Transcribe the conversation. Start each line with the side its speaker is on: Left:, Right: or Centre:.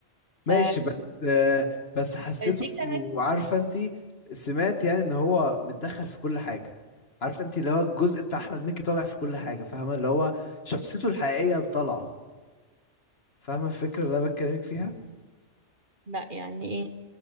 Right: ف...
Left: ماشي بس آه بس حسيته
Right: فدي كانت
Left: عارفة انتي سمعت يعني ان هو متدخل في كل حاجة عارفة انتي اللي هو الجزء بتاع احمد مكي طالع في كل حاجة فاهمة اللي هو شخصيته الحقيقية طالعة فاهمة الفكرة اللي انا بتكلمك فيها
Right: لا يعني ايه